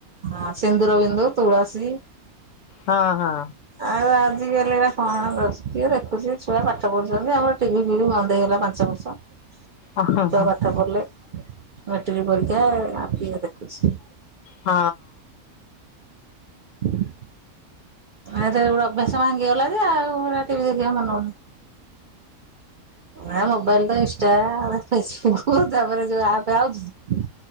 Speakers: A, on the right; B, on the left.
A: ହଁ ସିନ୍ଦୁରବିନ୍ଦୁ, ତୁଳସୀ।
B: ହଁ ହଁ।
A: ଆଉ ଆଜିକାଲି ଇଏ କଣ କରୁଛି କିଏ ଦେଖୁଛି ଛୁଆ ପାଠ ପଢୁଛନ୍ତି ଆମର ଟିଭି ଫିଭି ବନ୍ଦ ହେଇଗଲା। <unintelligible>
B: ହଁ ହଁ ହଁ।
A: ପାଠପଢିଲେ ମ୍ୟାଟିକି ପରୀକ୍ଷା ଆଉ କିଏ ଦେଖୁଛି।
B: ହଁ।
A: ଏ <unintelligible> ଅଭ୍ୟାସ ଭାଙ୍ଗି ଗଲା ଯେ ଆଉ ଟିଭି ଦେଖିବାକୁ ମନ ହଉନି। ନା ମୋବାଇଲ ତ ଇନିଷ୍ଟା, ଫେସବୁକୁ, ତାପରେ ଯୋଉ ଆପ, ତାଉଚି